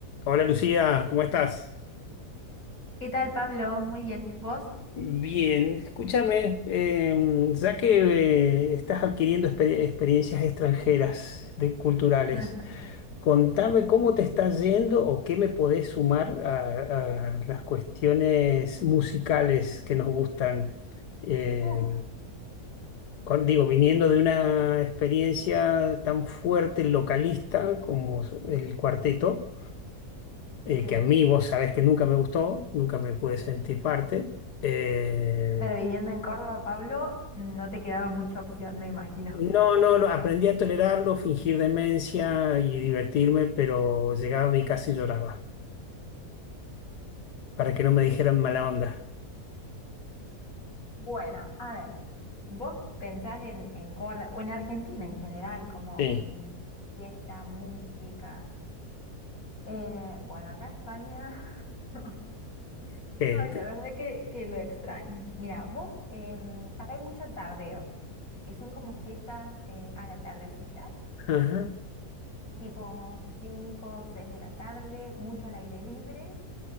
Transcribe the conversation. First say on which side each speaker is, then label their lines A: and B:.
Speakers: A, on the left; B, on the left.
A: Hola Lucía, ¿cómo estás?
B: ¿Qué tal, Pablo? Muy bien. ¿Vos?
A: Bien, escúchame, eh, ya que eh, estás adquiriendo exper- experiencias extranjeras de, culturales,
B: <laughs>
A: contame cómo te está yendo o qué me podés sumar a, a las cuestiones musicales que nos gustan. Eh,
B: Uf,
A: con- digo, viniendo de una experiencia tan fuerte localista como el cuarteto. eh,
B: sí.
A: que a mí vos sabés que nunca me gustó, nunca me pude sentir parte. Eh,
B: Pero viviendo en Córdoba, Pablo, no te quedaba mucha opción, me imagino.
A: no, no, lo- aprendí a tolerarlo, fingir demencia y divertirme, pero llegaba a mí y casi lloraba, para que no me dijeran mala onda.
B: Bueno, a ver, vos pensás en, en Córdoba o en Argentina en general, como
A: Sí.
B: mm, fiesta, música. Eh, bueno, acá España, <laughs>
A: Que,
B: ay, la
A: de-
B: verdad que, que lo extraño. Mira, vos, em, acá hay mucho tardeo, que son como fiestas eh, a la tardecita.
A: ajá.
B: tipo 5 o 6 de la tarde, mucho al aire libre.